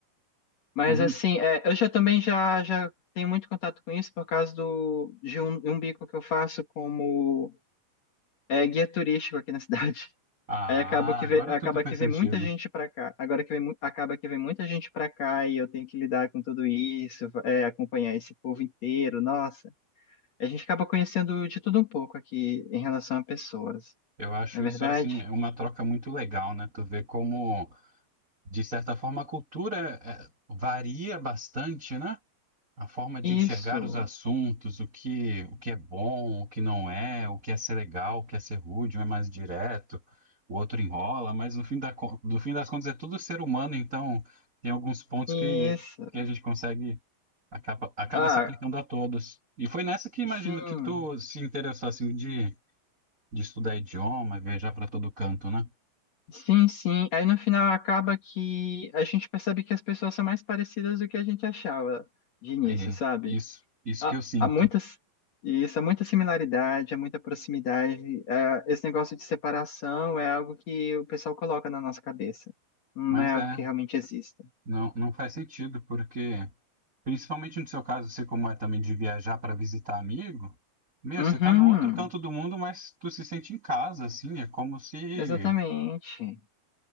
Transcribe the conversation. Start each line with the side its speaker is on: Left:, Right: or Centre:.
Left: Mas
Right: Combina-
Left: assim, é, eu já também já, já tenho muito contato com isso por causa do, de um, de um bico que eu faço como é, guia turístico aqui na <laughs> cidade.
Right: Ah,
Left: Aí acaba que
Right: agora
Left: vem, acaba
Right: tudo faz
Left: que vem
Right: sentido.
Left: muita gente para cá. Agora que vem mu- acaba que vem muita gente para cá e eu tenho que lidar com tudo isso, é, acompanhar esse povo inteiro. Nossa, a gente acaba conhecendo de tudo um pouco aqui em relação a pessoas,
Right: Eu acho
Left: não é
Right: isso
Left: verdade?
Right: assim é uma troca muito legal, né? Tu vê como, de certa forma, a cultura eh, varia bastante, né? A forma de enxergar
Left: Isso,
Right: os assuntos, o que, o que é bom, o que não é, o que é ser legal, o que é ser rude, um é mais direto, o outro enrola, mas no fim da, con- no fim das contas é tudo ser humano, então tem alguns pontos
Left: isso.
Right: que, que a gente consegue acaba, acaba
Left: Ah,
Right: se aplicando a todos. E foi nessa que imagino
Left: sim.
Right: que tu se interessou assim de de estudar idioma, viajar para todo canto, né?
Left: Sim, sim. Aí no final acaba que a gente percebe que as pessoas são mais parecidas do que a gente achava de início,
Right: É
Left: sabe?
Right: isso, isso
Left: Há,
Right: que eu sinto.
Left: há muitas, isso, há muita similaridade, há muita proximidade. É, esse negócio de separação é algo que o pessoal coloca na nossa cabeça. Não
Right: Mas
Left: é
Right: é,
Left: algo que realmente exista.
Right: não, não faz sentido, porque, principalmente no seu caso, você como é também de viajar para visitar amigo, meu,
Left: Uhum,
Right: você tá no outro canto do mundo, mas tu se sente em casa, assim, é como se...
Left: exatamente.